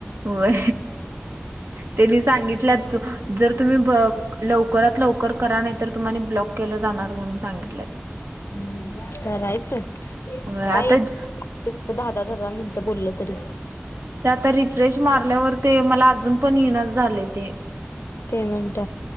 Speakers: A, on the right; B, on the left.
A: होय त्यांनी सांगितलं जर तुम्ही लवकरात लवकर करा नाही तर तुम्हानि ब्लॉक केलं जाणार म्हणून सांगितल्यात
B: ह् करायच
A: व्हय
B: काय
A: आता
B: त
A: ते
B: दहा दहा दहा दहा मिनिटं बोलल तरी
A: ते आता रिफ्रेश मारल्यावर ते मला अजून पण येइनाचच झालय ते
B: पेमेंट